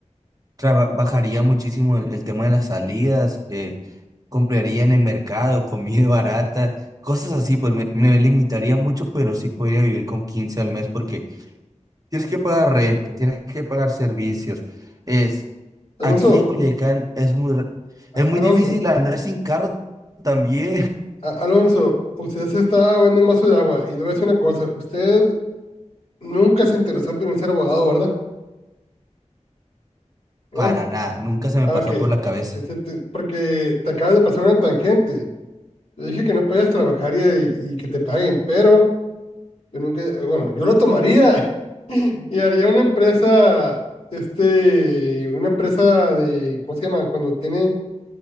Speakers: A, on the right (about 30°); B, on the left (about 60°).
A: traba- bajaría muchísimo el, el tema de las salidas. eh, compraría en el mercado comida <laughs> barata. Cosas así, pues me, me limitaría mucho, pero sí podría vivir con 15 al mes porque tienes que pagar renta, tienes que pagar servicios. es
B: Alonso,
A: Aquí en Culiacán es muy, r-
B: a-
A: es muy
B: Alonso,
A: difícil andar sin carro también.
B: a- Alonso, usted se está ahogando un vaso de agua. Y le voy a decir una cosa, usted nunca se interesó en ser abogado, ¿verdad?
A: <laughs>
B: ¿Eh?
A: Para nada, nunca se me
B: Ah,
A: pasó
B: ok.
A: por la cabeza.
B: Ese te- porque te acabas de pasar una tangente. Yo dije que no puedes trabajar y, y que te paguen, pero... Yo nunca, eh, bueno, yo lo tomaría <laughs> y haría una empresa, este, una empresa de, ¿cómo se llama? Cuando tiene,